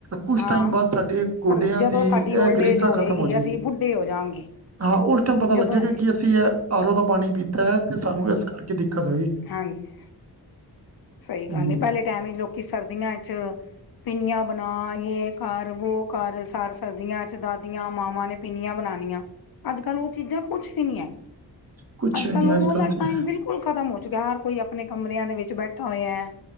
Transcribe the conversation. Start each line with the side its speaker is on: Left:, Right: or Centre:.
Right: ਕੁਛ
Left: ਹਾਂ
Right: ਟਾਈਮ ਬਾਅਦ, ਸਾਡੇ ਗੋਡਿਆਂ
Left: ਪਰ ਜਦੋਂ
Right: ਦੀ
Left: ਸਾਡੀ
Right: ਇਹ
Left: ਓਲਡ
Right: ਗ੍ਰਿਸਾਂ
Left: ਏਜ ਹੋਏਗੀ
Right: ਖਤਮ ਹੋ ਜਾਣਿਆਂ।
Left: ਅਸੀਂ ਬੁੱਢੇ ਹੋ ਜਾਗੇ
Right: ਹਾਂ, ਉਸ ਟਾਈਮ ਪਤਾ
Left: ਜਦੋਂ
Right: ਲੱਗੇਗਾ ਕਿ ਅਸੀਂ ਇਹ ਆਰੋ ਦਾ ਪਾਣੀ ਪੀਤਾ ਐ ਤੇ ਸਾਨੂੰ ਇਸ ਕਰਕੇ ਦਿੱਕਤ ਹੋਈ।
Left: ਹਾਂਜੀ। ਸਹੀ ਗੱਲ
Right: ਹਮ
Left: ਐ, ਪਹਿਲੇ ਟਾਈਮ ਲੋਕੀ ਸਰਦੀਆਂ ਚ ਪਿੰਨੀਆਂ ਬਣਾ ਯੇ ਕਰ, ਵੋ ਕਰ, ਸਰ ਸਰਬਦੀਆਂ ਚ ਦਾਦੀਆਂ, ਮਾਵਾਂ ਨੇ ਪੀਨੀਆਂ ਬਣਾਉਣੀਆਂ। ਅੱਜ ਕੱਲ ਉਹ ਚੀਜ਼ਾਂ ਕੁੱਛ ਵੀ ਨਹੀਂ ਐ।
Right: ਕੁਛ
Left: ਅੱਜ
Right: ਵੀ
Left: ਕੱਲ
Right: ਨੀ
Left: ਓ ਵਾਲਾ
Right: ਤੇ
Left: ਟਾਈਮ ਬਿਲਕੁਲ ਖ਼ਤਮ ਹੋ ਚੁੱਕਿਆ, ਹਰ ਕੋਈ ਆਪਣੇ ਕਮਰਿਆਂ ਦੇ ਵਿੱਚ ਬੈਠ ਬਠਾ ਹੋਇਆ।